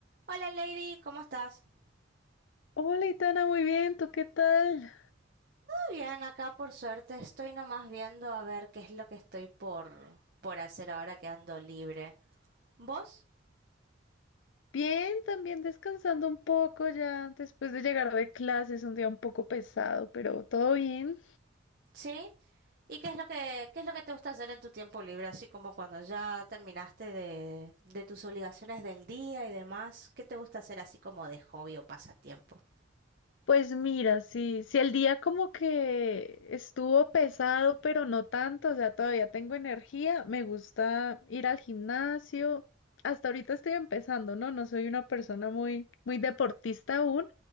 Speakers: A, on the right (about 50°); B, on the left (about 75°).
A: Hola Lady, ¿cómo estás? Todo
B: Hola, Itana, muy bien, ¿tú qué tal?
A: bien, acá por suerte estoy nomás viendo a ver qué es lo que estoy por, por hacer ahora que ando libre. ¿Vos?
B: Bien, también descansando un poco ya después de llegar de clases, un día un poco pesado, pero todo bien.
A: ¿Sí? ¿Y qué es lo que, qué es lo que te gusta hacer en tu tiempo libre? Así como cuando ya terminaste de, de tus obligaciones del día y demás, ¿qué te gusta hacer así como de hobby o pasatiempo?
B: Pues mira, sí, sí, el día como que estuvo pesado, pero no tanto, o sea, todavía tengo energía, me gusta ir al gimnasio. Hasta ahorita estoy empezando, ¿no? No soy una persona muy, muy deportista aún,